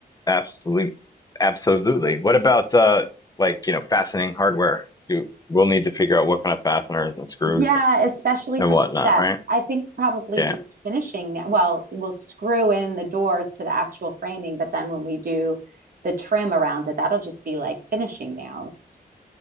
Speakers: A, on the left; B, on the right.
A: absolutely, absolutely. What about uh, like you know, fastening hardware? You we'll need to figure out what kind of fasteners and screws
B: Yeah, especially
A: and
B: for
A: whatnot,
B: the steps.
A: right?
B: I think probably
A: Yeah.
B: just finishing that. Well, we'll screw in the doors to the actual framing, but then when we do the trim around it, that'll just be like finishing nails,